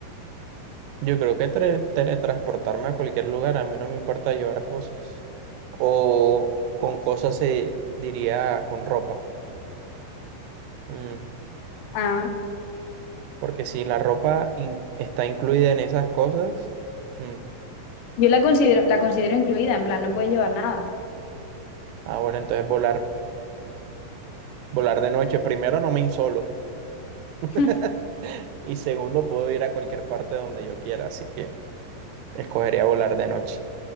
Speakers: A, on the right; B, on the left.
A: Yo creo que tre- teletransportarme a cualquier lugar, a mí no me importa llevar cosas. O con cosas se diría con ropa. Mm,
B: Ah,
A: Porque si la ropa in- está incluida en esas cosas, mm,
B: Yo la considero, la considero incluida, en plan, no puedes llevar nada.
A: ah, bueno, entonces volar, volar de noche. Primero, no me insolo. <laughs>
B: <laughs>
A: Y segundo, puedo ir a cualquier parte donde yo quiera, así que. Escogería volar de noche.